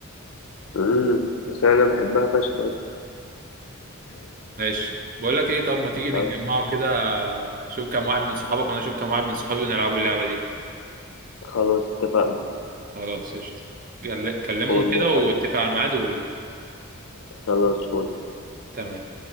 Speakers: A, on the left (about 65°); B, on the right (about 40°).
A: امم بس انا بحبها فشخ <laughs> أصلاً.
B: ماشي بقول لك ايه طب ما تيجي نتجمعوا
A: آه،
B: كده شوف كام واحد من صحابك وانا اشوف كام واحد من صحابي ونلعبوا اللعبة دي
A: خلاص اتفقنا
B: خلاص قشطة كل- كلمهم
A: قول
B: كده
A: لي صح
B: واتفق على الميعاد وقول لي.
A: خلاص قول.
B: تمام